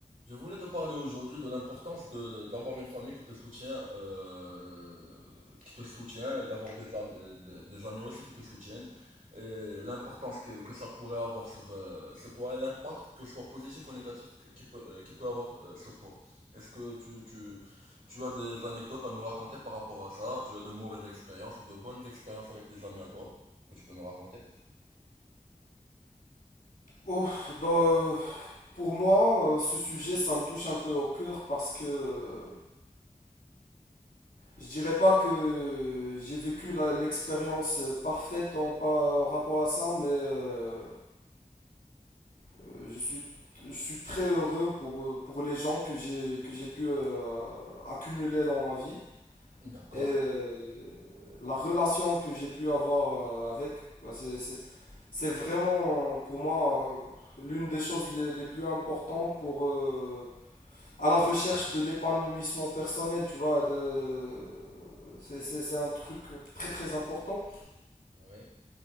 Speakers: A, on the right; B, on the left.
A: Je voulais te parler aujourd'hui de l'importance de, de- d'avoir une famille qui te soutient, euh, qui te soutient et d'avoir des amis, euh, des, des amis aussi qui te soutiennent et l'importance que, que ça pourrait avoir sur, euh, sur toi et l'impact que ce soit positif ou négatif qui qui peut, euh, qui peut avoir euh, sur toi. Est-ce que tu, tu, tu as des anecdotes à me raconter par rapport à ça? Tu as de mauvaises expériences ou de bonnes expériences avec des amis à toi que tu peux me raconter?
B: Oh, dans, euh, pour moi, euh, ce sujet, ça me touche un peu au cœur parce que euh, je dirais pas que j'ai vécu la- l'expérience euh, parfaite en, pa- en rapport à ça, mais euh, euh, je suis, je suis très heureux pour, euh, pour les gens que j'ai, que j'ai pu euh, accumuler dans ma vie
A: D'accord.
B: et euh, la relation que j'ai pu avoir euh, avec. Bah, c'est, c'est- c'est vraiment pour moi euh, l'une des choses les, les plus importantes pour... euh, à la recherche de l'épanouissement personnel, tu vois. De, de- c'est,
A: Mm.
B: c'est- c'est un truc très très important.
A: Ouais.